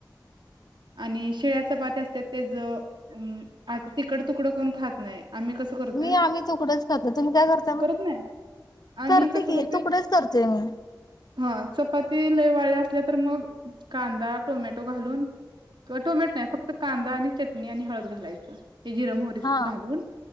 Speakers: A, on the right (about 80°); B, on the left (about 60°).
A: आणि शिळ्या चपात्या असत्यात त्याचं अ आता तिकड तुकडं कोण खात नाही. आम्ही कस करतोय
B: मी आम्ही तुकडच करतो तुम्ही काय करता मग?
A: करत नाही आम्ही
B: करते
A: कस
B: की
A: करतोय
B: तुकडेच करतोय मी.
A: हा चपाती लई वाळ्या तर मग कांदा टोमॅटो घालून. टोमॅटो नाही फक्त कांदा आणि चटणी आणि हळद घालायचं. जिरं मोहरी
B: हा
A: घालून